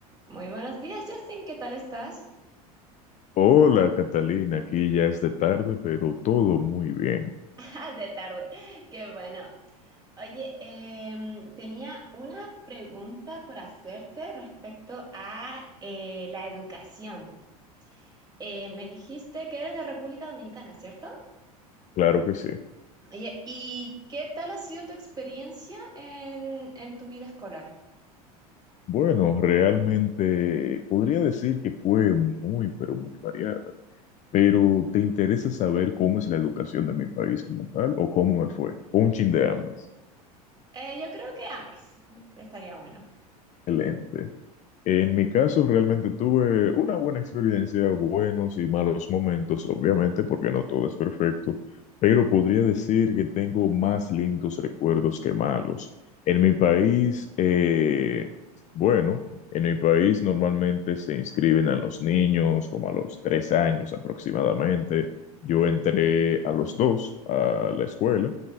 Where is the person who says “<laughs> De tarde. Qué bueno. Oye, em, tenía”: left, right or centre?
Right